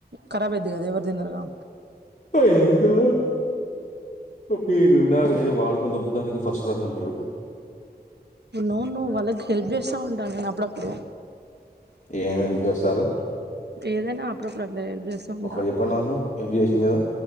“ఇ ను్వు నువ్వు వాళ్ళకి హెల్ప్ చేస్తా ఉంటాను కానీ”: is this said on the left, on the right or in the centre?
Right